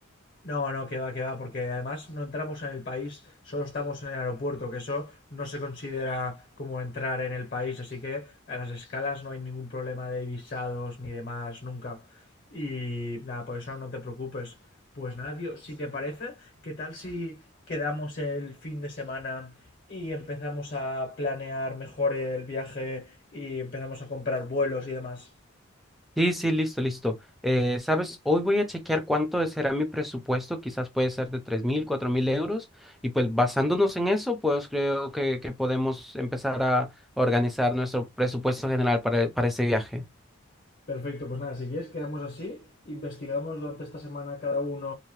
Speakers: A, on the left; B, in the centre.
A: No, no, que va, que va, porque además no entramos en el país, solo estamos en el aeropuerto, que eso no se considera como entrar en el país, así que a las escalas no hay ningún problema de visados ni demás, nunca. Y nada, por eso no te preocupes. Pues nada, tío, si te parece, ¿qué tal si quedamos el fin de semana y empezamos a planear mejor el viaje y empezamos a comprar vuelos y demás?
B: Sí, sí, listo, listo. Eh, ¿sabes? Hoy voy a chequear cuánto será mi presupuesto, quizás puede ser de tres mil, cuatro mil euros, y pues basándonos en eso, pues creo que, que podemos empezar a organizar nuestro presupuesto general para, para ese viaje.
A: Perfecto, pues nada, si quieres quedamos así, investigamos durante esta semana cada uno